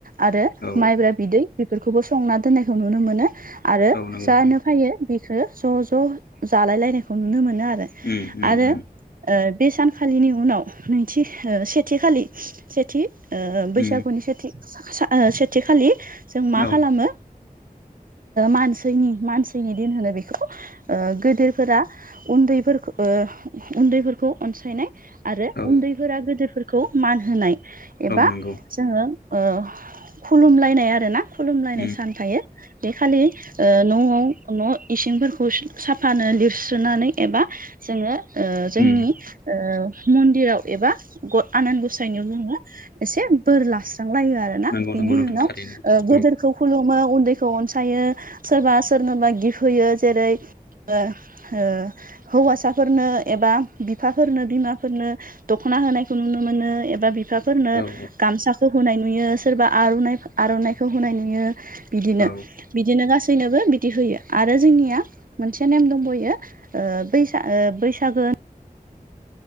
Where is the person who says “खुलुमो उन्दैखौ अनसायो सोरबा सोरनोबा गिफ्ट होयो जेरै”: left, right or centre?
Right